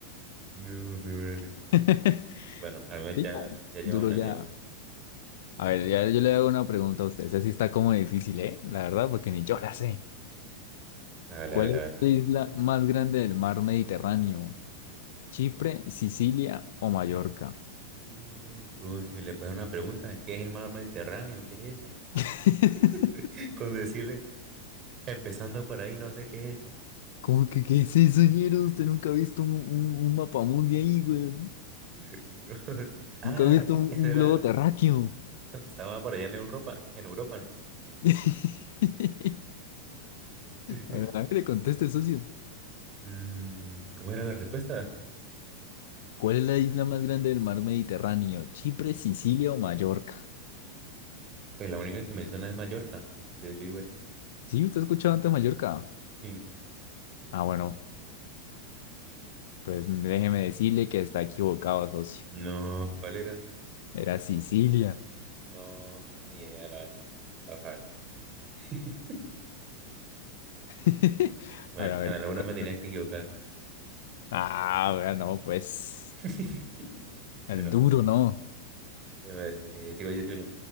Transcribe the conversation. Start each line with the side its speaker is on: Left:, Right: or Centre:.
Right: No, mi madre.
Left: <laughs>
Right: Bueno, al menos
Left: Sí,
Right: ya,
Left: ya,
Right: ya lleva
Left: duro
Right: una,
Left: ya.
Right: lleva una.
Left: A ver, ya yo le hago una pregunta a usted. Esa sí está como difícil, ¿eh? La verdad, porque ni yo la sé.
Right: Hágale,
Left: ¿Cuál
Right: hágale,
Left: es
Right: a ver.
Left: la isla más grande del mar Mediterráneo? ¿Chipre, Sicilia o Mallorca?
Right: No, socio, le puedo hacer una pregunta. ¿Qué es el mar Mediterráneo? ¿Qué es eso?
Left: <laughs>
Right: <laughs> Con decirle, empezando por ahí, no sé qué es eso.
Left: ¿Cómo que qué es eso, ñero? Usted nunca ha visto un, un, un mapamundi ahí, güey.
Right: <laughs> No, so- ah,
Left: Nunca ha visto un,
Right: eso
Left: un
Right: era
Left: globo
Right: el-
Left: terráqueo.
Right: lo que estaba por allá en Europa, en Europa, ¿no?
Left: <laughs>
Right: <laughs>
Left: A ver, a ver, le conteste, socio.
Right: Mm, ¿cómo era la respuesta?
Left: ¿Cuál es la isla más grande del mar Mediterráneo? ¿Chipre, Sicilia o Mallorca?
Right: Pues la única que me suena es Mallorca. Yo, yo digo esa.
Left: ¿Sí? ¿Usted ha escuchado antes Mallorca?
Right: Sí.
Left: Ah, bueno, pues déjeme decirle que está equivocado, socio.
Right: No, ¿cuál era?
Left: Era Sicilia.
Right: No, no, ni idea, la verdad. Ajá. <laughs>
Left: <laughs>
Right: Bueno,
Left: A ver, a ver,
Right: en alguna
Left: le toca.
Right: me tenías que equivocar.
Left: Ah, vea no, pues.
Right: <laughs> Bueno,
Left: El duro, no.
Right: pero, eh, eh, sigo yo, sigo yo.